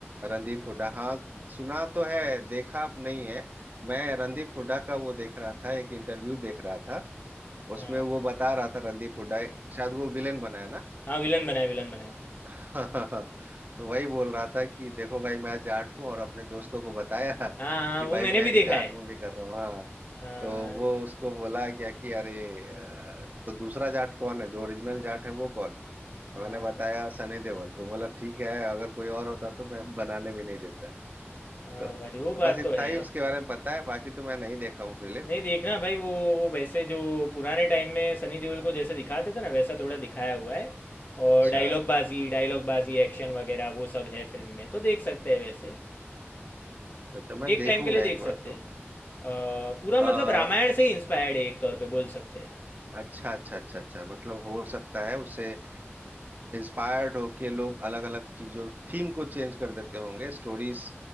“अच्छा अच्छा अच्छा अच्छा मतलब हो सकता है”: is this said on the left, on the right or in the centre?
Right